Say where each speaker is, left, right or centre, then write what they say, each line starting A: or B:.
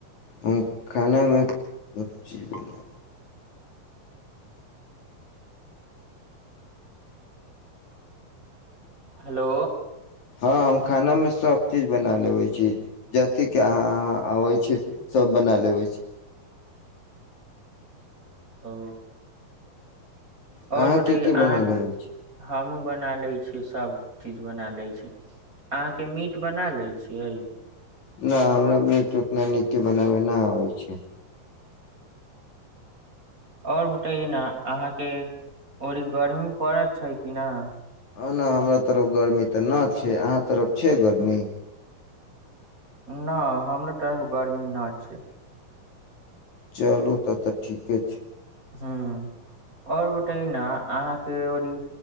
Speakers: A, on the left (about 55°); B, on the right (about 20°).
A: हम खानामे सभचीज बना
B: हेलो
A: हँ हम खानामे सभचीज बना लेबय छी जे अहाँ आबैत छी सभ बना लेबय छी
B: ओ
A: अहाँ
B: आओर बतैउ
A: की की
B: अहाँके
A: बना लेबै छी
B: हमूँ बना लैत छियैक सब चीज बना लैत छियैक अहाँके मीट बना लैत छियैक
A: न हमरा मीट नीके न बनाबय अबैत छैक
B: आओर बतइए ने अहा केँ ओजे गर्मी पड़ैत छै कि न
A: ना हमरा तरफ गर्मी त ना छैक अहाँ तरफ छैक गर्मी
B: ना हमरा तरफ गर्मी ना छैक
A: चलू तब त ठीके छैक
B: ह और बताइए न अहाँके ओनी